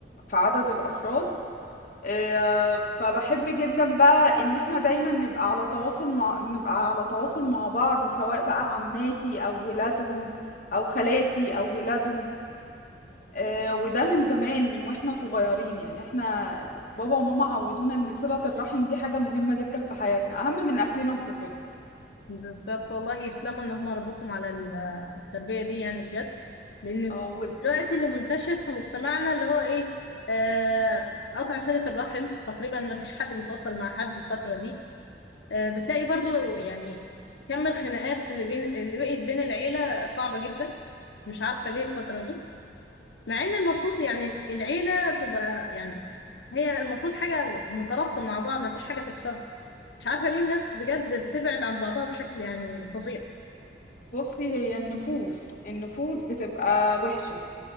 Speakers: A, on the left; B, on the left.
A: في عدد الافراد آه، فبحب جدا بقى ان احنا دايما نبقى على تواصل مع نبقى على تواصل مع بعض سواء بقى عماتي او ولادهم او خالاتي او ولادهم آه، وده من زمان من واحنا صغيرين يعني احنا بابا وماما عودونا ان صلة الرحم دي حاجة مهمة جدا في حياتنا اهم من اكلنا وشربنا
B: بالظبط والله يسلموا ان هم ربوكم على ال- التربيه دي يعني بجد لان
A: اه
B: دلوقتي اللي منتشر في مجتمعنا اللي هو ايه آه قطع صله الرحم تقريبا ما فيش حد بيتواصل مع حد الفتره دي آه بتلاقي برضو يعني كم الخناقات اللي بين اللي بقت بين العيله صعبه جدا مش عارفه ليه الفتره دي مع ان المفروض يعني العيله تبقى يعني هي المفروض حاجه مترابطه مع بعض ما فيش حاجه تكسرها مش عارفه ليه الناس بجد بتبعد عن بعضها بشكل يعني فظيع
A: وبصي هي النفوس النفوس بتبقى وحشة